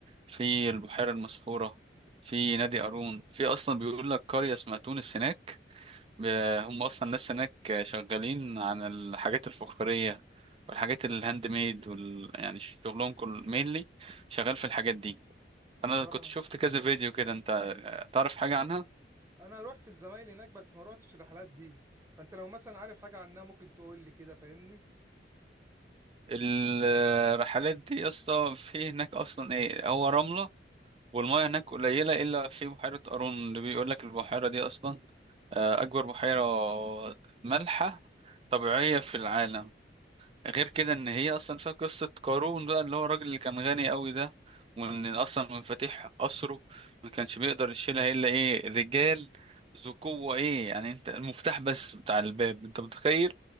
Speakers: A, on the right; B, on the right.
A: في البحيرة المسحورة في نادي قارون في أصلا بيقول لك قرية اسمها تونس هناك ب- هم أصلا الناس هناك شغالين عن الحاجات الفخارية والحاجات الهاند ميد وال... يعني شغلهم كل مينلي شغال في الحاجات دي أنا
B: اه
A: كنت شفت كذا فيديو كده أنت تعرف حاجة عنها
B: انا رحت لزمايلي هناك بس ما روحتش الرحلات دي فانت لو مثلا عارف حاجه عنها ممكن تقول لي كده فاهمني
A: الرحلات دي يا اسطى في هناك أصلا إيه هو رملة والمياه هناك قليلة إلا في بحيرة قارون اللي بيقول لك البحيرة دي أصلا آه، أكبر بحيرة مالحة طبيعية في العالم غير كده إن هي أصلا فيها قصة قارون بقى اللي هو الراجل اللي كان غني أوي ده وإن أصلا مفاتيح قصره ما كانش بيقدر يشيلها إلا إيه رجال ذو قوة إيه يعني أنت المفتاح بس بتاع الباب أنت متخيل